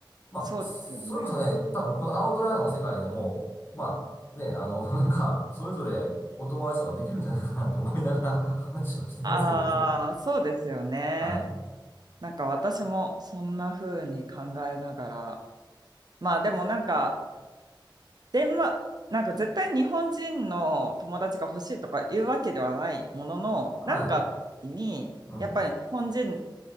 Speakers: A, on the left; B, on the right.
A: まあ、
B: そうですよね。
A: それこそね、多分このアウトライナーの世界でも、まあね、あの、<laughs> なんか、それぞれお友達とかできるんじゃないかなって思いながら <laughs> 話はしてますけども。
B: ああ、そうですよね。
A: はい。
B: なんか私もそんな風に考えながら、まあでもなんか、デンマなんか絶対日本人の友達が欲しいとかいうわけではないものの、
A: はい。
B: なんかあった時に、
A: うん。
B: やっぱり日本人